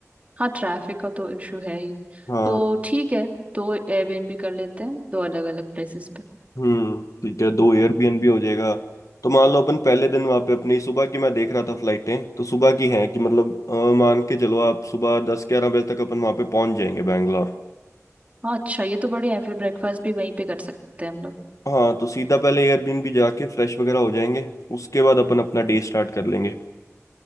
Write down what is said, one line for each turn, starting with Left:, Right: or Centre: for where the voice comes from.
Right: हाँ ट्रैफिक का तो इशू है ही
Left: हाँ
Right: तो ठीक है दो एयरबीएनबी कर लेते हैं दो अलग अलग प्लेसेस पे
Left: हम्म ठीक है दो एयरबीएनबी हो जाएगा तो मान लो अपन पहले दिन वहाँ पे अपनी सुबह की मैं देख रहा था फ्लाइटें तो सुबह की हैं कि मतलब अ, मान के चलो आप सुबह दस ग्यारह बजे तक अपन वहाँ पे पहुंच जाएंगे बैंगलोर
Right: हाँ अच्छा ये तो बढ़िया है फिर ब्रेकफास्ट भी वहीं पे कर सकते हैं हम लोग
Left: हाँ तो सीधा पहले एयरबिन भी जाके फ्रेश वगैरह हो जाएंगे उसके बाद अपन अपना डे स्टार्ट कर लेंगे